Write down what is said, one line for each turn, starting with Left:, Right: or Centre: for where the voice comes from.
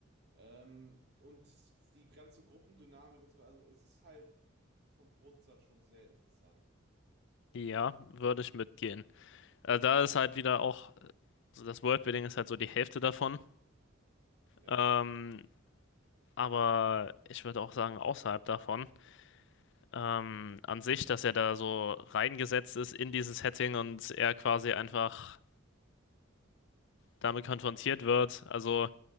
Right: Ähm, und die ganze Gruppendynamik und so weiter. Also es ist halt vom Grundsatz schon sehr interessant.
Left: ja, würde ich mitgehen. Äh, da ist halt wieder auch, also das Worldbuilding ist halt so die Hälfte davon.
Right: Ja.
Left: Ähm, aber ich würde auch sagen, außerhalb davon, ähm, an sich, dass er da so reingesetzt ist in dieses Setting und er quasi einfach damit konfrontiert wird. Also.